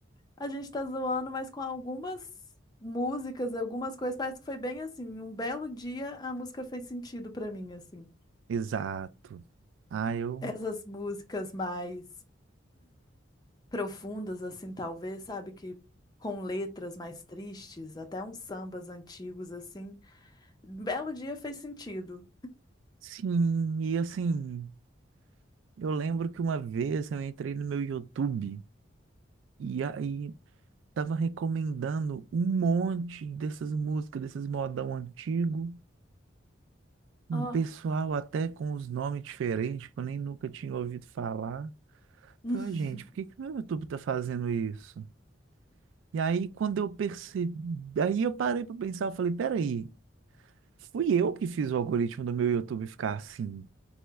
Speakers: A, on the left; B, on the right.
A: A gente tá zoando, mas com algumas músicas, algumas coisas, parece que foi bem assim, um belo dia a música fez sentido pra mim, assim.
B: Exato. Ah, eu.
A: Essas músicas mais profundas, assim, talvez, sabe, que com letras mais tristes, até uns sambas antigos, assim, um belo dia fez sentido.
B: Sim, e assim, eu lembro que uma vez eu entrei no meu YouTube e aí tava recomendando um monte dessas músicas, desses modão antigo, um
A: Ah,
B: pessoal até com os nomes diferentes, que eu nem nunca tinha ouvido falar.
A: <laughs>
B: Falei, "Ah, gente, por que que o meu YouTube tá fazendo isso? E aí, quando eu percebi, aí eu parei para pensar, eu falei, peraí. Fui eu que fiz o algoritmo do meu YouTube ficar assim.